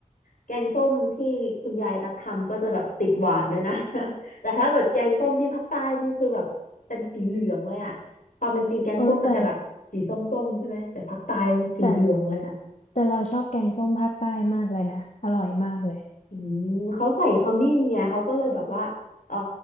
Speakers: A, on the left; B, on the left.
A: แกงส้มที่คุณยายตักทำก็จะแบบติดหวานเลยนะ <laughs> แต่ถ้าเกิดแกงส้มที่ภาคใต้นี่คือแบบเป็นสีเหลืองเลยอะความเป็นจริงแกงส้มมันจะแบบสีส้มๆใช่ไหม
B: เออแต่
A: แต่ภาคใต้นี่สีเหลืองเลยอะ
B: แต่แต่เราชอบแกงส้มภาคใต้มากเลยนะอร่อยมากเลย
A: อืมเขาใส่ขมิ้นไงเขาก็เลยแบบว่าเออ